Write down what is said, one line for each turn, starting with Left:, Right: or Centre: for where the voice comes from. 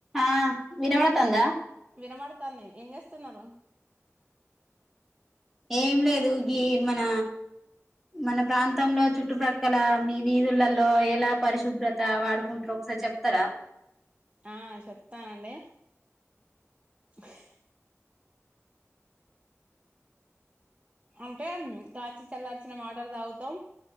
Centre: ఆ వినబడతంద
Right: వినబడతంది ఏం చేస్తున్నరు.
Centre: ఏం లేదు గీ మన మన ప్రాంతంలో చుట్టుప్రక్కల మీ వీధులలో ఎలా పరిశుభ్రత వాడుకుంట్రో ఒకసారి చెప్తారా
Right: ఆ చెప్తానండి. <inaudible> అంటే కాంచి చల్లార్చిన వాటర్ తాగుతాం.